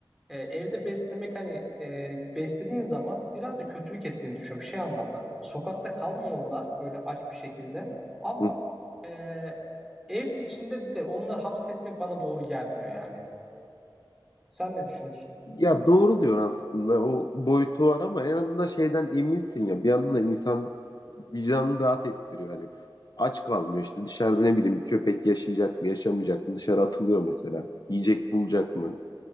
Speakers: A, in the centre; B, on the left (about 50°).
A: e, evde beslemek hani e, beslediğin zaman biraz da kötülük ettiğini düşünüyorum. Şey anlamda sokakta kalmamalılar böyle aç bir şekilde ama
B: Hı
A: e, ev içinde de onları hapsetmek bana doğru gelmiyor yani. Sen ne düşünüyorsun?
B: Ya doğru diyor aslında o boyutu var ama en azından şeyden eminsin ya bir yandan da insan vicdanını rahat ettiriyor hani aç kalmıyor işte dışarıda ne bileyim bir köpek yaşayacak mı yaşamayacak mı dışarı atılıyor mesela yiyecek bulacak mı